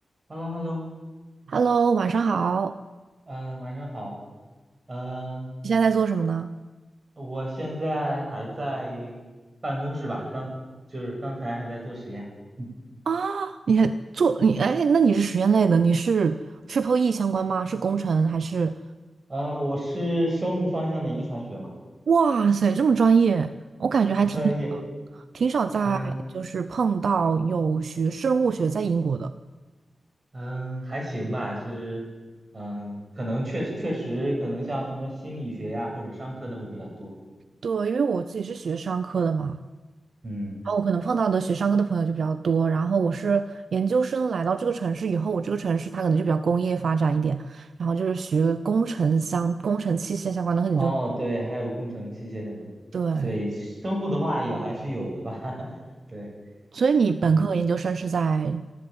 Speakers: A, on the right; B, on the right.
A: h e l l o h e l l o
B: Hello，晚上好。
A: 嗯，晚上好。嗯，
B: 你现在在做什么呢？
A: 我现在还在办公室吧，刚就是刚才还在做实验。嗯，
B: 啊，你还做你哎，那你是实验类的，你是 Triple E 相关吗？是工程还是？
A: 呃，我是生物方向的遗传学嘛，
B: 哇塞，这么专业，我感觉还挺
A: <laughs> 呃也，
B: 挺少在就是碰到有学生物学在英国的。
A: 嗯嗯，还行吧，是，嗯，可能确确实可能像什么心理学呀或者商科的会比较多。
B: 对，因为我自己是学商科的嘛，
A: 嗯，
B: 然后我可能碰到的学商科的朋友就比较多。然后我是研究生来到这个城市以后，我这个城市它可能就比较工业发展一点，然后就是学工程相工程器械相关的，可能就
A: 哦，对，还有工程器械相关，
B: 对。
A: 对，生物的话也还是有的吧，<laughs> 对。
B: 所以你本科和研究生是在
A: 嗯。